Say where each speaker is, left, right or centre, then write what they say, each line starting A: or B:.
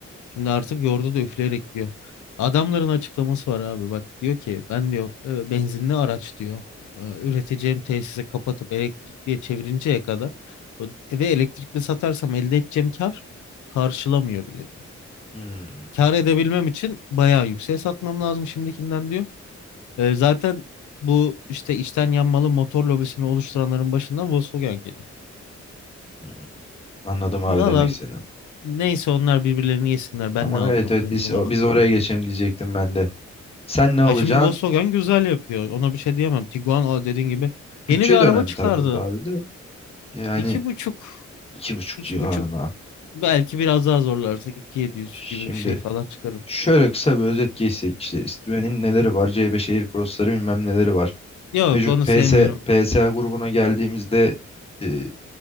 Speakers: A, on the left; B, on the left.
A: Şimdi artık yoğurdu da üfleyerek diyor. Adamların açıklaması var abi. Bak diyor ki ben diyor e, benzinli araç diyor. e, Üreteceğim tesise kapatıp elektrikliye çevirinceye kadar o- ve elektrikli satarsam elde edeceğim kar karşılamıyor bile diyor.
B: Hmm,
A: Kar edebilmem için bayağı yükseğe satmam lazım şimdikinden diyor. E, zaten bu işte içten yanmalı motor lobisini oluşturanların başından Volkswagen geliyor.
B: hmm. Anladım abi
A: Valla
B: demek seni.
A: neyse onlar birbirlerini yesinler. Ben
B: Ama
A: ne alacağım?
B: evet evet
A: Benim
B: biz
A: ona
B: biz
A: bakmam
B: oraya
A: lazım.
B: geçelim diyecektim ben de. Sen ne alacaksın?
A: Ya şimdi Volkswagen güzel yapıyor. Ona bir şey diyemem. Tiguan o dediğin gibi
B: Bütçe
A: yeni bir araba
B: dönemi
A: çıkardı.
B: tabii burada abi de. Yani
A: İki buçuk,
B: iki buçuk
A: iki
B: civarına.
A: buçuk belki biraz daha zorlarsak iki yedi yüz
B: Şimdi
A: gibi bir şey falan çıkarım.
B: şöyle kısa bir özet geçsek. işte Citroen'in neleri var? C5 Air Cross'ları bilmem neleri var.
A: Yok
B: Peugeot,
A: onu
B: PS,
A: sevmiyorum.
B: PSA grubuna geldiğimizde e,